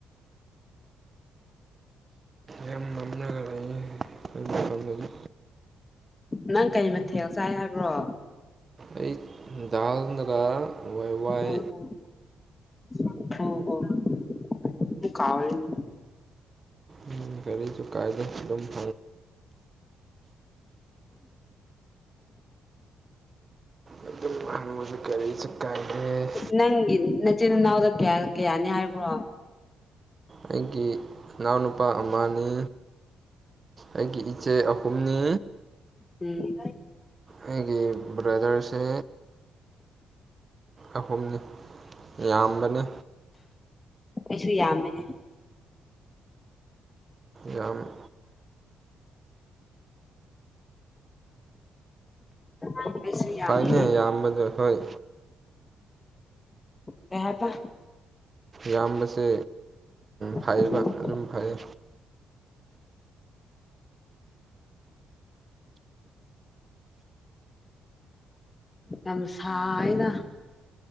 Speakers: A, on the right; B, on the left.
A: ꯌꯥꯝ ꯃꯝꯂꯒ ꯂꯩꯌꯦ ꯑꯩ ꯃꯐꯝꯗꯗꯤ
B: ꯅꯪ ꯀꯩ ꯃꯊꯦꯜ ꯆꯥꯏ ꯍꯥꯏꯕ꯭ꯔꯣ
A: ꯑꯩ ꯗꯥꯜꯅꯒ ꯍꯋꯥꯏ ꯋꯥꯏ
B: ꯑꯣ ꯑꯣ <inaudible>
A: ꯎꯝ ꯒꯔꯤ ꯀꯩꯁꯨ ꯀꯥꯏꯗ ꯑꯗꯨꯝ <inaudible> ꯑꯗꯨꯝ ꯍꯪꯕꯁꯨ ꯀꯔꯤꯁꯨ ꯀꯥꯏꯗꯦ
B: ꯅꯪꯒꯤ ꯅꯆꯤꯟ ꯏꯅꯥꯎꯗ ꯀꯌꯥ ꯀꯌꯥꯅꯤ ꯍꯥꯏꯕ꯭ꯔꯣ
A: ꯑꯩꯒꯤ ꯏꯅꯥꯎꯅꯨꯄꯥ ꯑꯃꯅꯤ ꯑꯩꯒꯤ ꯏꯆꯦ ꯑꯍꯨꯝꯅꯤ
B: ꯎꯝ
A: ꯑꯩꯒꯤ ꯕ꯭ꯔꯗꯔꯁꯦ ꯑꯍꯨꯝꯅꯤ ꯌꯥꯝꯕꯅꯦ
B: ꯑꯩꯁꯨ ꯌꯥꯝꯃꯦ
A: ꯌꯥꯝ
B: ꯑꯩꯁꯨ ꯌꯥꯝꯃꯦ
A: ꯍꯥꯏꯅ ꯌꯥꯝꯕꯅꯦ ꯍꯣꯏ
B: ꯀꯩꯍꯥꯏꯕ
A: ꯌꯥꯝꯕꯁꯦ ꯐꯩꯌꯦꯕ
B: ꯎꯝ
A: ꯑꯗꯨꯝ ꯐꯩ
B: ꯌꯥꯝ ꯁꯥꯏꯗ